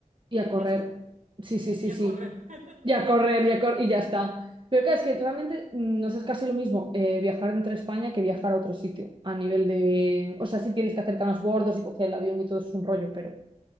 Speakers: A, on the right; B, on the right.
A: y
B: y
A: a correr.
B: listo.
A: Sí,
B: Y
A: sí,
B: a,
A: sí,
B: y a
A: sí.
B: correr. <laughs>
A: Y a correr, y a cor- y ya está. Pero claro, es que realmente mm, nos es casi lo mismo eh, viajar entre España que viajar a otro sitio, a nivel de... O sea, sí tienes que hacer bordos y coger el avión y todo es un rollo, pero...